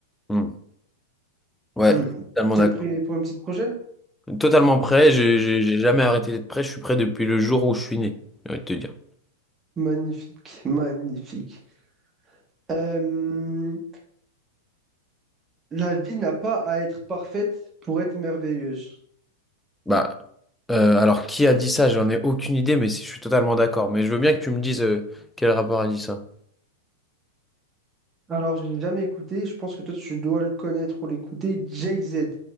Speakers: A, in the centre; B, on the right (about 20°).
A: Hmm. Ouais,
B: Hmm.
A: totalement
B: T'es
A: d'accord.
B: prêt pour une petite prochaine?
A: Totalement prêt, j'ai j'ai- j'ai jamais arrêté d'être prêt, je suis prêt depuis le jour où je suis né, j'ai envie de te dire.
B: Magnifique, magnifique. Euh, la vie n'a pas à être parfaite pour être merveilleuse.
A: Bah, euh, alors qui a dit ça? J'en ai aucune idée, mais si- je suis totalement d'accord. Mais je veux bien que tu me dises euh, quel rappeur a dit ça.
B: Alors, je l'ai jamais écouté, je pense que toi, tu dois le connaître ou l'écouter, Jay-Z.